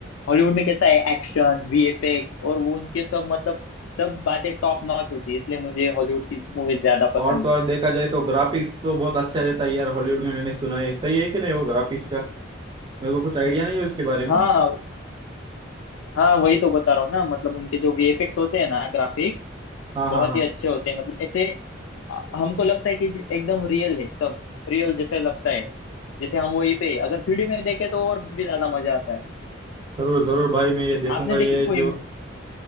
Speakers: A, on the left; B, on the right.
A: हॉलीवुड में कैसा है एक्शन वीएफएक्स और वो उनके सब मतलब सब बातें टॉप नॉच होती है इसलिए मुझे हॉलीवुड की मूवीज ज्यादा पसंद
B: और तो
A: है
B: और देखा जाए तो ग्राफिक्स तो बहुत अच्छा रहता है यार हॉलीवुड में मैंने सुना है सही है कि नहीं वो ग्राफिक्स का मेरे को कुछ आइडिया नहीं है उसके बारे
A: हाँ
B: में
A: हाँ वही तो बता रहा हूँ ना मतलब उनके जो वीएफएक्स होते हैं ना ग्राफिक्स
B: हाँ
A: बहुत
B: हाँ हाँ
A: ही अच्छे होते हैं मतलब ऐसे अ, हमको लगता है कि ज- एकदम रियल है सब रियल जैसे लगता है जैसे हम वहीं पे अगर थ्री डी में देखें तो और भी ज्यादा मजा आता है
B: जरूर जरूर भाई मैं ये देखूंगा
A: आपने
B: ये
A: देखी कोई
B: जो
A: मु-